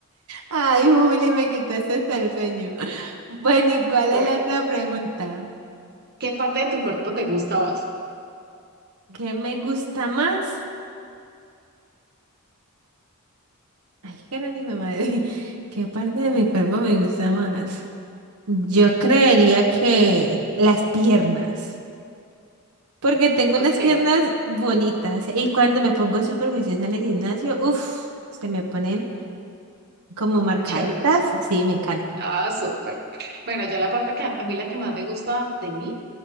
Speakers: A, on the right; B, on the right.
A: Ay, Juli, me quitaste hasta el sueño. Bueno, ¿y cuál
B: Bueno,
A: es la otra pregunta?
B: ¿qué parte de tu cuerpo te gusta más?
A: ¿Qué me gusta más? Ay, cara ni me madre. <laughs> ¿Qué parte de mi cuerpo me gusta más? Yo creería que las piernas. Porque tengo
B: Ok,
A: unas piernas bonitas. Y cuando me pongo súper juiciosa en el gimnasio, uff, se me ponen como marcaditas.
B: chéveres.
A: Sí, me encantan.
B: Ah, súper. Bueno, yo la parte que a a mí la que más me gusta de mí,